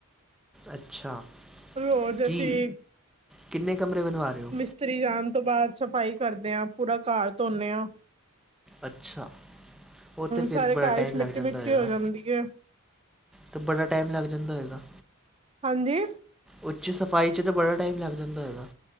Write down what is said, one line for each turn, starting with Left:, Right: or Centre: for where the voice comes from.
Centre: ਅੱਛਾ
Right: ਰੋਜ਼
Centre: ਕੀ
Right: ਅਸੀਂ
Centre: ਕਿੰਨੇ ਕਮਰੇ ਬਣਵਾ ਰਹੇ ਹੋ।
Right: ਮਿਸਤਰੀ ਜਾਣ ਤੋਂ ਬਾਅਦ ਸਫ਼ਾਈ ਕਰਦੇ ਹਾਂ ਪੂਰਾ ਘਰ ਧੋਦੇ ਹਾਂ। ਹ।
Centre: ਅੱਛਾ। ਉਹ ਤੇ ਫਿਰ
Right: ਸਾਰੇ
Centre: ਬੜਾ
Right: ਘਰ
Centre: ਟਾਈਮ
Right: ਚ ਮਿੱਟੀ
Centre: ਲੱਗ ਜਾਂਦਾ
Right: ਮਿੱਟੀ
Centre: ਹੋਏਗਾ
Right: ਹੋ ਜਾਂਦੀ ਹੈ
Centre: ਤੇ ਬੜਾ ਟਾਈਮ ਲੱਗ ਜਾਂਦਾ ਹੋਏਗਾ।
Right: ਹਾਂਜੀ।
Centre: ਉਸਦੀ ਸਫ਼ਾਈ ਚ ਤਾਂ ਬੜਾ ਟਾਈਮ ਲੱਗ ਜਾਂਦਾ ਹੋਏਗਾ?